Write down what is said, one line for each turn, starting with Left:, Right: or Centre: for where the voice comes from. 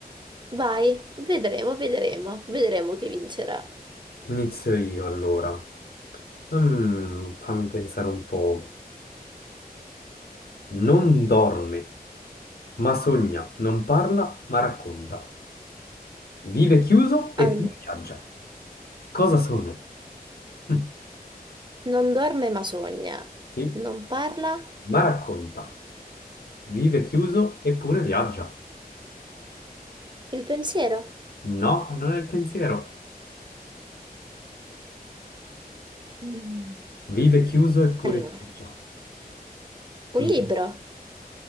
Right: Vai, vedremo, vedremo, vedremo chi vincerà.
Left: Inizio io allora. Mm, fammi pensare un po'. Non dorme, ma sogna, non parla, ma racconta. Vive chiuso e
Right: Allora,
Left: poi viaggia. Cosa sono? <laughs>
Right: non dorme ma sogna,
Left: Sì,
Right: non parla
Left: ma racconta. Vive chiuso eppure viaggia.
Right: il pensiero.
Left: No, non è il pensiero.
Right: Mm.
Left: Vive chiuso eppure
Right: Allora,
Left: viaggia.
Right: un
Left: Mm.
Right: libro,